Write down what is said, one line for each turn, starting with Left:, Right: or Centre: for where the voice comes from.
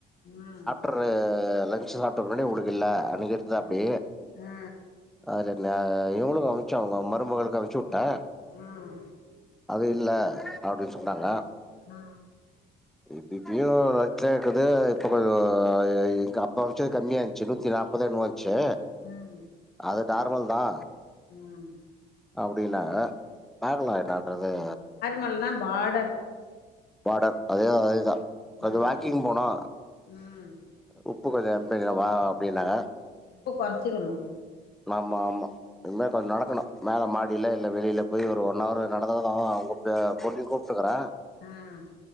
Left: ம்
Centre: <unintelligible> லன்ச் சாப்பிட ஒடனே உங்களுக்கு இல்ல அன்னிக்கி எடுத்தாப்படி
Left: ம் ஆ
Centre: அது இவுங்ளுக்கு அனுச்ச அவுங்க அம்மா குடும்பகளுக்கு அனுப்புச்சுவுட்டேன்
Left: ஆ
Centre: அது இல்ல அப்டின்னு சொன்னாங்க
Left: அ
Centre: இப்பப்பயு <unintelligible> இருக்குது இப்ப கொஞ்சம் எங்க அப்பா அமிச்ச கம்மியா இருந்துச்சு நூத்தி நாற்ப முப்பதோ என்மோ வன்ச்சு
Left: ம்
Centre: அது நார்மல் தா
Left: ம்
Centre: அப்டின்னாங்க பாக்களா என்னறது
Left: நல்லா பாடர்
Centre: பாடர் அதே அதேதா கொஞ்ச
Left: ம்
Centre: வாக்கிங் போனா
Left: ம்
Centre: உப்பு கொஞ்சம் அனுப்பி வக்கிறேபா அப்டின்னாங்க
Left: உப்ப கொறச்சுக்கணு
Centre: ஆமா ஆமா இனிமே கொஞ்சோ நடக்கணு மேல மாடியில இல்ல வெளியில போய் ஒரு ஒன் அவர் நடந்ததா உங்க பே பொண்ணுயு கூப்பிட்டுக்குறே
Left: ம்